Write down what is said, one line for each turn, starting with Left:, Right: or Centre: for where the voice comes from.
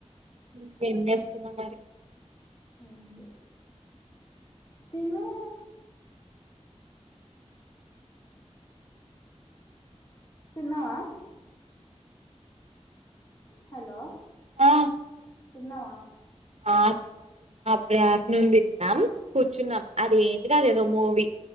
Right: ఇంకేం చేస్తున్నావ్ మరి
Left: ఉంది తిన్ను తిన్నావా హలో
Right: ఆ
Left: తిన్నావా
Right: ఆ తిన్నా <unintelligible> తిన్నాం కూర్చున్నాం అది ఏంటి అది ఏదో మూవీ